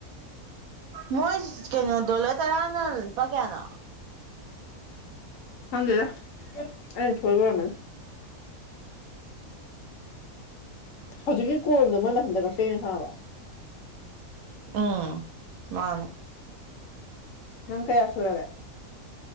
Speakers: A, on the right (about 75°); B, on the left (about 70°).
A: ꯃꯣꯏ ꯀꯩꯅꯣ ꯗꯣꯂꯔ ꯇꯔꯥꯅ ꯂꯨꯄꯥ ꯀꯌꯥꯅ
B: ꯊꯖꯗ ꯑ ꯁꯣꯏꯕꯅ ꯍꯧꯖꯤꯛꯀꯤ ꯀꯣꯝꯗ ꯃꯣꯏ ꯃꯊꯟꯇ ꯀꯛꯆꯩꯅ ꯁꯥꯥꯕ
A: ꯎꯝ ꯃꯥꯅꯦ
B: ꯅꯪ ꯀꯩꯁꯨꯨꯔꯒ